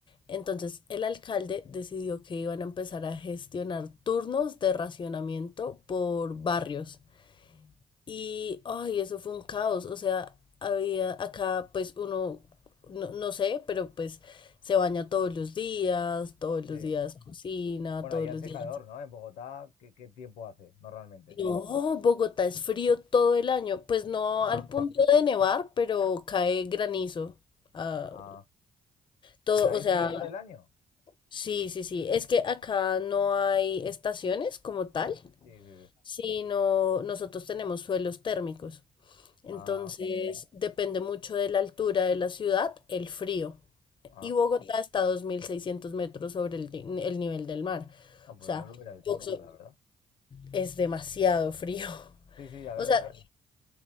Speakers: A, on the left; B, on the left.
A: entonces el alcalde decidió que iban a empezar a gestionar turnos de racionamiento por barrios. Y, ay, eso fue un caos. O sea, había acá, pues uno, no, no sé, pero pues se baña todos los días, todos
B: sí.
A: los días cocina,
B: Bueno,
A: todos
B: ahí hace
A: los días.
B: calor, ¿no? En Bogotá, ¿qué, qué tiempo hace normalmente?
A: No, Bogotá es frío todo el año. Pues no
B: Ah,
A: al punto de nevar, pero cae granizo. ah,
B: ah.
A: todo,
B: O sea,
A: o
B: ¿es
A: sea,
B: frío todo el año?
A: Sí, sí, sí. Es que acá no hay estaciones como tal,
B: Sí, sí, sí.
A: sino nosotros tenemos suelos térmicos. Entonces,
B: Ah.
A: depende mucho de la altura de la ciudad, el frío.
B: Ah,
A: Y Bogotá está a 2.600 metros sobre el, ni- el nivel del mar.
B: Ah, pues
A: O sea,
B: no lo hubiera dicho
A: Boxo-
B: nunca, la verdad.
A: es demasiado frío. <laughs>
B: Sí, sí, ya veo,
A: O sea,
B: ya veo.